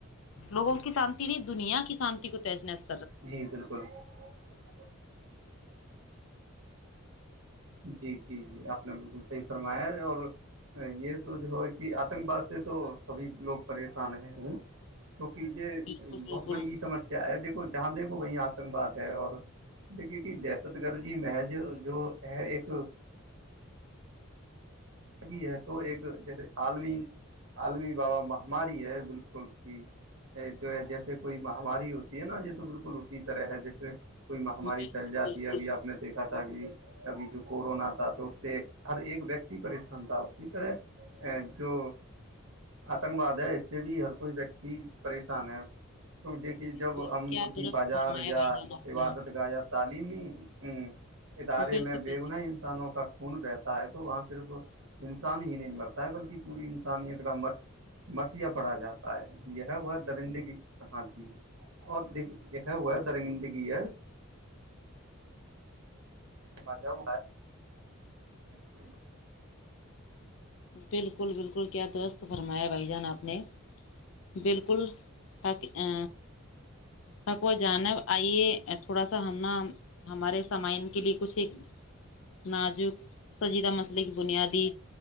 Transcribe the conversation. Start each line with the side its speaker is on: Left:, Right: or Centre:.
Left: لوگوں کی شانتی نہیں دنیا کی شانتی کو تیش نحس
Right: جی بالکل <unintelligible> جی جی جی آپ نے بالکل صحیح فرمایا اور یہ تو جو ہے کہ آتنک باد سے تو سبھی لوگ پریشان ہیں ہ کیک یہ
Left: بالکل بالکل
Right: بہت بڑی سمسیا ہے دیک جہاں دیکھو وہی آتنکواد ہے اور دیکھیے کہ دہشت گرد جی محج جو ا ایک بھی ہے تو ایک جیسے عالمی عالمی بابا مہاماری ہے بالکل کہ جو ہے جیسے کوئی مہاماری ہوتی ہے نا یہ تو بالکل اسی طرح ہے جیسے کوئی مہاری
Left: بالکل
Right: پھیل جاتی
Left: بالکل
Right: ہے ابھی آپ نے دیکھا تھا کہ ابھی جو کورونا تھا تو اس سے ہر ایک ویکتی پریشان ان اسی طرح ا جو آتنک واد ہے اس سے بھی ہر کوئی ویکتی پریشان ہے تو دیکھیے
Left: بالکل
Right: جب ہم
Left: کیا
Right: کسی
Left: درست
Right: بازار
Left: فرمایا
Right: یا
Left: بھائی جان آپ
Right: عبادت
Left: نے
Right: گایا تعلیمی ہ ادارے
Left: بالکل
Right: میں بے گنائی انسانوں کا خون بہتا ہے تو وہاں صرف انسان ہی نہیں مرتا ہے بلکہ پوری انسانیت کا مر مرثیا پڑا جاتا ہے یہ وہ درندگی ہاں جی اور د یہ وہ ہے درندگی ہے مھا وار <unintelligible>
Left: بالکل بالکل کیا دوست تو فرمایا بھائی جان آپ نے بالکل حق ا حق و جانب آئیے تھوڑا سا ہم ن ہمارے سامعن کے لیے کچھ ایک نازک سجیدہ مسئلے کی بنیادی